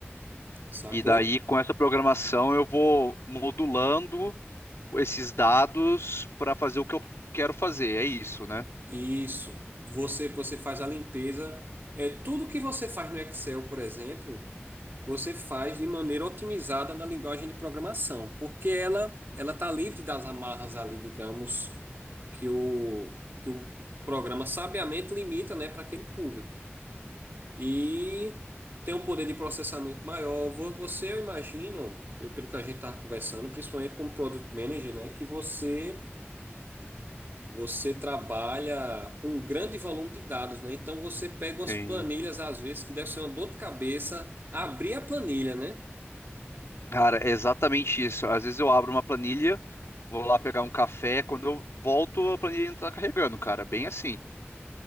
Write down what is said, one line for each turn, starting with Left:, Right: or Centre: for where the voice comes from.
Right: sacou?
Left: E daí, com essa programação, eu vou modulando esses dados para fazer o que eu quero fazer. É isso, né?
Right: Isso. Você, você faz a limpeza. É tudo que você faz no Excel, por exemplo. você faz de maneira otimizada na linguagem de programação, porque ela ela está livre das amarras ali, digamos, que o, que o programa sabiamente limita, né, para aquele público. E tem um poder de processamento maior. Vo- Você, eu imagino, eu- pelo que a gente estava conversando, principalmente como Product Manager, né, que você você trabalha com um grande volume de dados, né? Então você pega umas
Left: Sim.
Right: planilhas, às vezes, que deve ser uma dor de cabeça abrir a planilha, né?
Left: Cara, é exatamente isso. Às vezes eu abro uma planilha, vou lá pegar um café, quando eu volto, a planilha ainda tá carregando, cara. Bem assim.